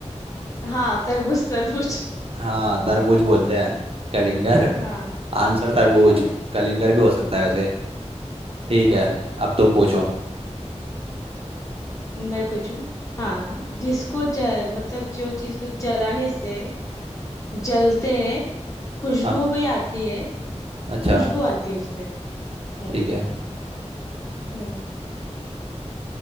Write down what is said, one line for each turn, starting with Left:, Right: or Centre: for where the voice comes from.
Left: हाँ तरबूज तरबूज
Right: हाँ तरबूज बोलते हैं कलिंगर
Left: हाँ
Right: आंसर तरबूज
Left: <laughs>
Right: कलिंगर भी हो सकता है वैसे ठीक
Left: हाँ
Right: है अब तुम पूछो
Left: मैं पूछूं हाँ जिसको ज, मतलब जो चीज को जलाने से जलते हैं खुशबू
Right: हाँ
Left: भी आती है
Right: अच्छा
Left: खुशबू आती है उससे हम्म
Right: ठीक है
Left: हम्म